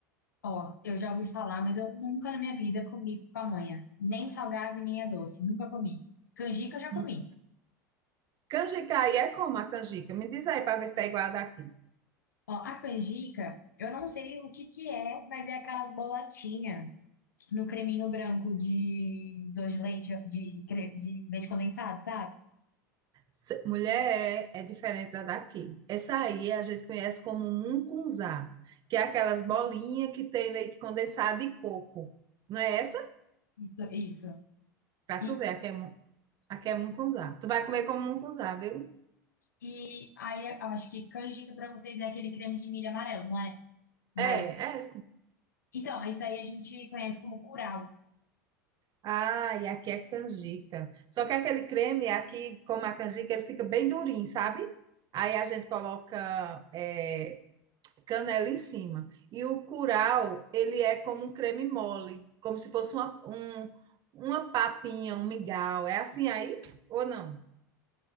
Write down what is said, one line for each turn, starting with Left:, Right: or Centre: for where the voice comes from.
Left: Ó, eu já ouvi falar, mas eu nunca na minha vida comi pamonha. Nem salgado e nem a doce. Nunca comi. Canjica eu já comi.
Right: Hum. Canjica aí é como a canjica? Me diz aí para ver se é igual a daqui.
Left: Ó, a canjica, eu não sei o que que é, mas é aquelas bolotinhas no creminho branco de doce de leite, de, cre- de leite condensado, sabe?
Right: Se- Mulher é, é diferente da daqui. Essa aí a gente conhece como mungunzá, que é aquelas bolinhas que tem leite condensado e coco. Não é essa?
Left: Isso, isso.
Right: Pra
Left: E,
Right: tu ver, aqui é, mu- aqui é mungunzá. Tu vai comer como mungunzá, viu?
Left: e aí eu acho que canjica pra vocês é aquele creme de milho amarelo, não é? Mas
Right: É, é
Left: então, isso aí a gente conhece como curau.
Right: Ah, e aqui é canjica. Só que aquele creme aqui, como a canjica, ele fica bem durinho, sabe? Aí a gente coloca eh, canela em cima. E o curau, ele é como um creme mole, como se fosse uma, um- uma papinha, um mingau. É assim aí ou não?